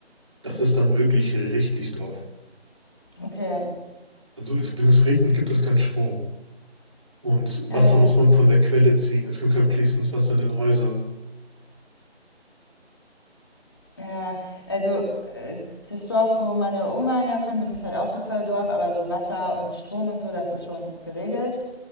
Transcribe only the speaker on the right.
Das ist dann wirklich richtig Dorf.
Also es, wenn es regnet, gibt es keinen Strom. Und
Wasser
muss man von der Quelle ziehen. Es gibt kein fließendes Wasser in den Häusern.